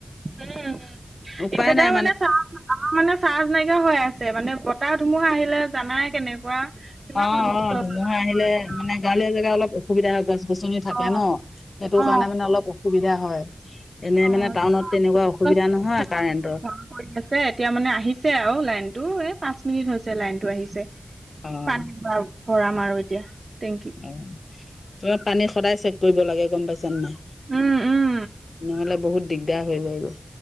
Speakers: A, on the right (about 55°); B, on the left (about 65°).
A: উম,
B: উপায়
A: ইনভেটাৰ
B: নাই
A: মানে আমাৰ মানে চাৰ্জ নাইকিয়া হৈ আছে মানে বতাহ ধুমুহা আহিলে জানাই কেনেকুৱা, কিমান
B: অ',
A: অনিষ্ট
B: অ', ধুমুহা
A: <unintelligible>
B: আহিলে মানে গাঁৱলীয়া জেগা অলপ অসুবিধা হয় গছ গছনি থাকে
A: অ
B: ন, সেইটো
A: অ,
B: কাৰণে মানে অলপ অসুবিধা হয়। এনেই
A: অ,
B: মানে টাউনত তেনেকুৱা
A: গছ
B: অসুবিধা নহয়
A: গছ
B: কাৰেণ্টৰ।
A: বন্ধ কৰি আছে এতিয়া মানে আহিছে আৰু লাইন। টো এ পাঁচ মিনিট হৈছে লাইনটো আহিছে,
B: অ',
A: পানী ভ ভৰাম আৰু এতিয়া। টেংকিত।
B: <unintelligible> সদায় চেক কৰিব লাগে গম পাইচা নে নাই,
A: উম, উম।
B: নহলে বহুত দিগদাৰ হৈ গৈ গৈ।